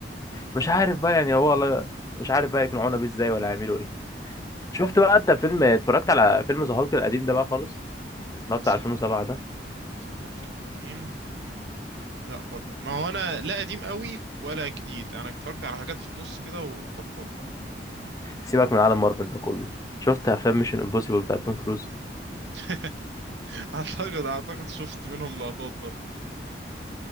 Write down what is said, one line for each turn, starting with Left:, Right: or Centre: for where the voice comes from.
Left: مش عارف بقى يعني هو والله مش عارف بقى يقنعونا بيه ازاي ولا يعملوا ايه
Right: مم.
Left: شفت بقى انت فيلم اتفرجت على فيلم ذا هالك القديم ده بقى خالص اللي
Right: ذا
Left: هو بتاع 2007 ده
Right: ذا هالك القديم لا برضه ما هو انا لا قديم قوي ولا جديد انا اتفرجت على حاجات في النص كده وبطلت حتى
Left: سيبك من عالم مارفل ده كله شفت
Right: مم.
Left: افلام ميشن امبوسيبل بتاع توم كروز
Right: <laughs> اعتقد اعتقد شفت منهم لقطات برضه